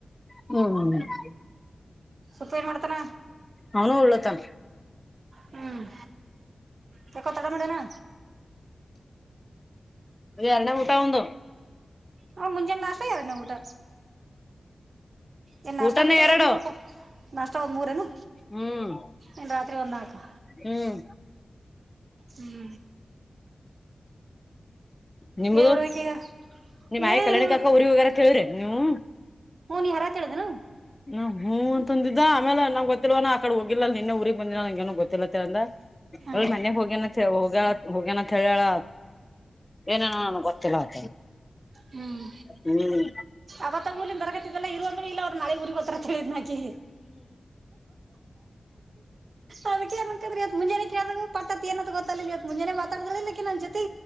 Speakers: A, on the left; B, on the right.
A: ಹ್ಮ್ <inaudible>
B: ಸಪ್ಪ ಏನ್ ಮಾಡ್ತಾನ
A: ಅವನು ಒಳ್ಳ ತಾನ
B: ಹ್ಮ್ ಚಕ್ಕ ತಟಾಮಡೆನಾ
A: ಅ ಎರನೇ ಊಟಾವಂದ
B: ಹ ಮುಂಜೆ ನಾ ನಾಷ್ಟಾ ಎರಡನೇ ಊಟ ಏ ನಾಷ್ಟ
A: ಊಟನೇ
B: ಬಿಟ್ಟೆ
A: ಎರಡು
B: ಎರನೇ ಊಟ ನಾಷ್ಟ ಒಂದ್ ಮೂರೇನು.
A: ಹ್ಮ್
B: ಎನ್ ರಾತ್ರಿ ಒಂದ್ನನ್ಕಾ
A: ಹ್ಮ್
B: ಹ್ಮ.
A: ನಿಮ್ದ
B: ಏನ್ ಮಾಡ್ಬೇಕೀಗ
A: ನಿಮ್ಮ
B: ಏನಿಲ್ಲ
A: ಆಯಿಕಲ್ಯಾಣಿಕಾಕ
B: ನೋಡು
A: ಉರಿಗೋಗ್ಯಾರ್ ಅಂತ ಹೇಳಿರ್ ಏನ್ ನೀವು.
B: ಹೊ ನಿವ್ ಹರಾ ಹೇಳ್ದನು.
A: ಹ್ಮ್ ಹೂ ಅಂತಂದಿದ್ದ ಆಮೇಲೆ ನಂಗ್ ಗೊತ್ತಲ್ವ ನ ಆಕಡೆ ಹೋಗಿಲ್ಲ ನಿನ್ನೇ ಊರಿಗ್ ಬಂದಿಲ್ಲ ನಂಗೇನು ಗೊತ್ತಿಲ್ಲತೆ ಅಂದ.
B: ಹ್ಮ್
A: ಅವ್ಳು ಮನೆಗ್ ಹೋಗೇನಂತೆ ಹೋಗ್ಯಾಳ ಹೋಗ್ಯಾನಂತ್ ಹೇಳ್ಯಾಳ ಏನೇನವ ನಾನೀಗ್ ಗೊತ್ತಿಲ್ಲ ಆತ
B: ಹ್ಮ್
A: ಹ್ಮ್
B: ಅವತಂಗೂಲಿನ್ ಬರಕತ್ತಿದ್ವಲ್ಲ ಏನ್ ಇರು ಅಂದ್ರು ಇಲ್ಲ ಅವ್ರು ನಾಳೆ ಊರಿಗೋಗ್ತಾನ ಅಂತ ಹೇಳಿದ್ನಕಿ. ಅದಕ್ಕೆನಂಕಂಡ್ರೇನ್ ಮುಂಜನೆಕೇಳ್ದಗೂ <unintelligible> ಏನಂತ ಗೊತಾಗ್ಲಿಲ್ ಇವತ್ ಮುಜೆನೆ ಮಾತಾಡಿದ್ರಲ ಇಕಿ ನನ್ ತೀ